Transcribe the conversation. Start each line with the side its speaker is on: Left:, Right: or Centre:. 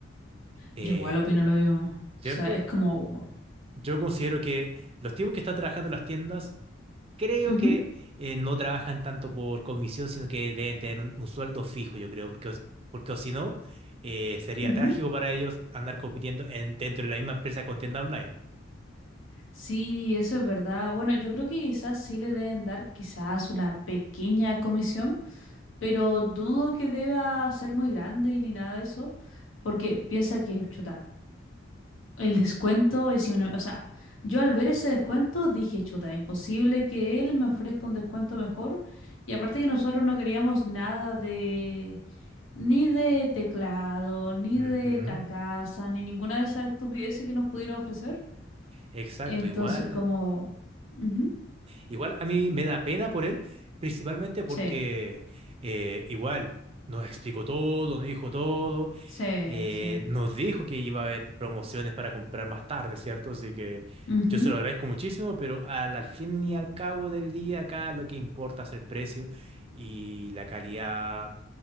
Right: Eh,
Left: yo igual opino lo mismo.
Right: ¿cierto?
Left: O sea, es como, wow.
Right: Yo considero que los tipos que están trabajando en las tiendas, creo
Left: Ujú,
Right: que eh, no trabajan tanto por comisión, sino que deben tener un, un sueldo fijo, yo creo, porque, os- porque o si no, eh, sería
Left: ujú.
Right: trágico para ellos andar compitiendo en- dentro de la misma empresa con tienda online.
Left: Sí, eso es verdad. Bueno, yo creo que quizás sí le deben dar quizás una pequeña comisión pero dudo que deba ser muy grande ni nada de eso, porque piensa que, chuta, el descuento es... inmen- O sea, yo al ver ese descuento dije, chuta, imposible que él me ofrezca un descuento mejor. Y aparte que nosotros no queríamos nada de... ni de teclado, ni
Right: Ujú.
Left: de carcasa, ni ninguna de esas estupideces que nos pudiera ofrecer.
Right: Exacto,
Left: Entonces,
Right: igual.
Left: como... ujú,
Right: Igual a mí me da pena por él, principalmente porque
Left: Sí,
Right: eh, igual nos explicó todo, nos dijo todo,
Left: sí,
Right: eh,
Left: sí.
Right: nos dijo que iba a haber promociones para comprar más tarde, ¿cierto? Así que
Left: ujú.
Right: yo se lo agradezco muchísimo, pero al, al fin y al cabo del día acá lo que importa es el precio y la calidad